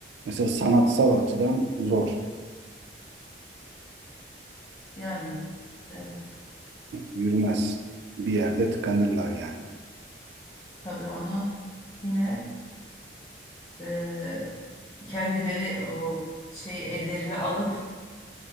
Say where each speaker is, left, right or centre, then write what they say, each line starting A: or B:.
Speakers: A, on the right; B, on the left.
A: mesela sanatsal açıdan zor.
B: Yani evet.
A: Yürümez. Bir yerde tıkanırlar yani.
B: Tabii onu yine e, kendileri o şey ellerine alıp